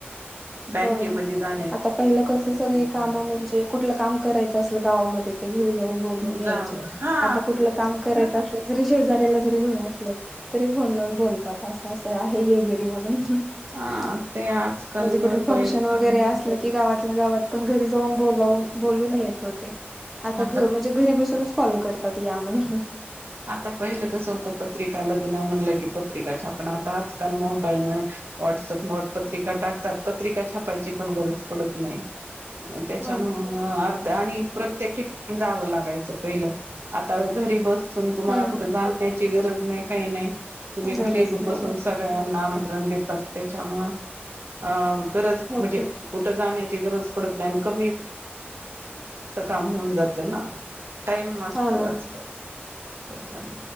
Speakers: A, on the right; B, in the centre.
A: बे
B: हो ना
A: <inaudible>
B: आता पहिलं कस सगळी काम म्हणजे कुठलं काम करायचं असलं गावामध्ये ते घरी जाऊन <inaudible> ब
A: जावं हा
B: आ कु काम करा शेजला जरी घल तरी फोन लावून बोलतात असं आहे आहे घरी म्हणून <inaudible>
A: हा ते आजकाल
B: म्हणजे
A: मोबाईल
B: कुठ फंक्शन वगैरे असलं की गावातल्या गावात पण घरी जाऊन बलावून बोलून येत होते
A: आता
B: घ म्हणजे घरी बसूनच कॉल करतात या म्हणून
A: आता <inaudible> पहिलं कस होत पत्रिका लग क प्रिकाल मोईल वप प्रा टाकतात प्रिका पण गरज पडत नाही <inaudible> त्याच्या
B: हो ना
A: अर् आणि प्र प्र्येक ठिका जावं लागायचं पहिलं आता घरी बसून तुम्हाला
B: हम्म
A: कुठे जाण्याची गर नाही काही नाही
B: हम्
A: <inaudible> तुम्ही घरी
B: गरज
A: बसून
B: नाही
A: सगळ्यांना देतात त्याच्यामु <inaudible> अ गरज
B: ओके
A: म्हणजे कुठ जाण्या क व का हो जात <inaudible> टाईम मस्तो
B: हो ना
A: आजक <inaudible> <inaudible> त्या